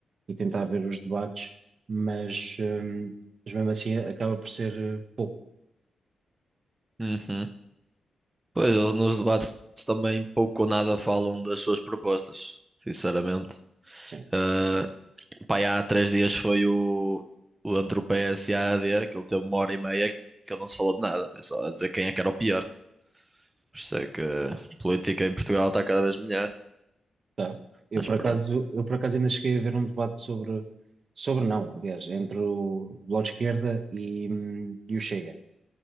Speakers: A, on the right (about 55°); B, on the right (about 20°).
A: e tentar ver os debates, mas, ahm, mas mesmo assim acaba por ser eh, pouco.
B: uhum. Pois, eles nos debates também pouco ou nada falam das suas propostas, sinceramente.
A: Sim,
B: Ah, Pá, e há três dias foi o, o entre o PS e a AD, aquilo teve uma hora e meia que ele não se falou de nada. Foi só a dizer quem é que era o pior. Por isso é que a política em Portugal está cada vez melhor.
A: tá. Eu
B: Mas
A: por
B: pronto.
A: acaso, eu por acaso ainda cheguei a ver um debate sobre, sobre não, aliás, entre o Bloco de Esquerda e, hum, e o Chega.